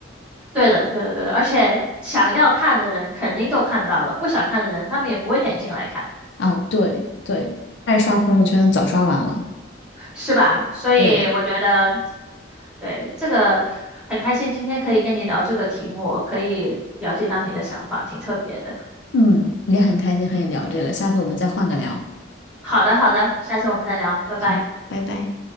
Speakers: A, in the centre; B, on the left (about 65°).
A: 对的，对的，对的，而且想要看的人肯定都看到了，不想看的人他们也不会点进来看，
B: 啊。对对，爱刷朋友圈早刷完了。
A: 是吧？所以我觉得，
B: 对，
A: 对，这个很开心，今天可以跟你聊这个题目，可以了解到你的想法，挺特别的。
B: 嗯，也很开心和你聊这个，下次我们再换个聊。
A: 好的，好的，下次我们再聊，拜拜。
B: 好，拜拜。